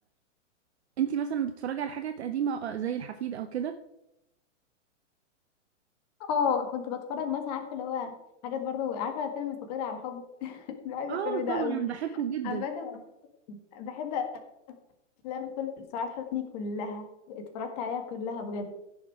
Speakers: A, on the right (about 60°); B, on the left (about 30°).
A: انتي مثلا بتتفرجي على حاجات قديمه آه، زي الحفيد او كده
B: اه كنت بتفرج مثلا عارفه اللي هو حاجات برضه عارفه فيلم فقير على حب <laughs> بحب
A: اه
B: الفيلم ده
A: طبعا
B: قوي
A: بحبه جدا
B: عامه أيوة. بحب افلام كل سعاد حسني كلها اتفرجت عليها كلها بجد